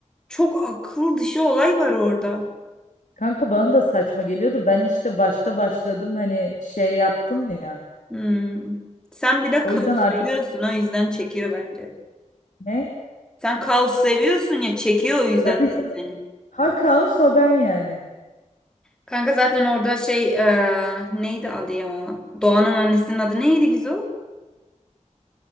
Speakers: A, in the centre; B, on the left.
A: çok akıl dışı olay var orada.
B: Kanka bana da saçma geliyordu. Ben işte başta başladım hani şey yaptım ya.
A: Hmm. Sen bir de
B: O
A: kaos
B: yüzden artık
A: seviyorsun o yüzden çekiyor bence.
B: ne?
A: Sen kaos seviyorsun ya çekiyor o yüzden
B: Tabii
A: dizi
B: canım.
A: seni.
B: Ha kaos ha ben yani.
A: Kanka zaten orada şey eee, neydi adı ya? Doğan'ın annesinin adı neydi Gizo?